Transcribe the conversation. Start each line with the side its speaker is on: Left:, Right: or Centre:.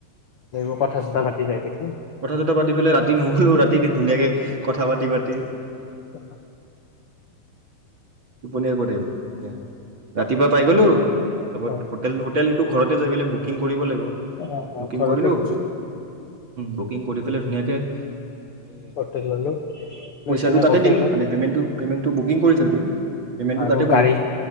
Left: অ কথা চথা পাতি যায় থাকি -
Right: কথা চথা পাতি পেলাই ৰাতি নহ'লো ৰাতি ধ- ধুনীয়াকে কথা পাতি পাতি-
Left: অ।
Right: টোপনিয় কত আহিব এয়া ৰাতিপুৱা পাই গলোঁ। তাৰ
Left: অ
Right: হোটেল হোটেলটো ঘৰতে যাই পেলাই বুক - বুকিং কৰিব লাগিব।
Left: অ অ
Right: বুকিং
Left: ঘৰতে
Right: কৰিলোঁ
Left: ক-
Right: বুকিং কৰি পেলাই ধুনীয়াকে- আমি
Left: হোটেল ললো
Right: পইচাটো
Left: লৈ কেনে
Right: তাতে
Left: হোটেলত
Right: দিম মানে পেমেণ্টটো পেমেণ্টটো বুকিং কৰি থৈ দিম। পে'মেণ্টটো
Left: আৰু
Right: তাতে কৰিম
Left: গাড়ী